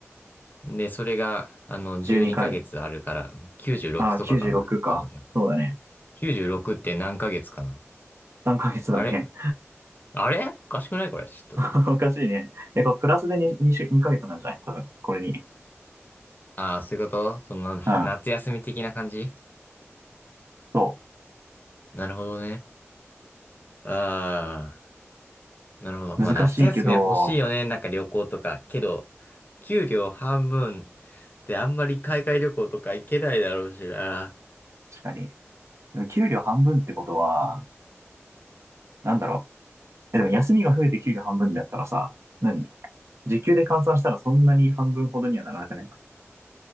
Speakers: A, on the left; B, on the right.
A: で、それが、あの、
B: 12回。
A: 12ヶ月あるから、96とかかな。
B: ああ、96か。
A: 多分、やっぱ。
B: そうだね。
A: 96って何ヶ月かな。
B: 3ヶ月だね。
A: あれあれおかしくないこれ。ちょっと。
B: <laughs> おかしいね。え、これプラスで2、2週、2ヶ月なんじゃない多分、これに。
A: ああ、そういうことその、
B: うん。
A: 夏休み的な感じ
B: そ
A: なるほどね。ああ。なるほど。
B: う。
A: まあ夏休みは欲しいよね。
B: 難しいけど、
A: なんか旅行とか。けど、給料半分であんまり海外旅行とか行けないだろうしな。
B: 確かに。でも給料半分ってことは、なんだろう。え、でも休みが増えて給料半分だったらさ、何時給で換算したらそんなに半分ほどにはならなくない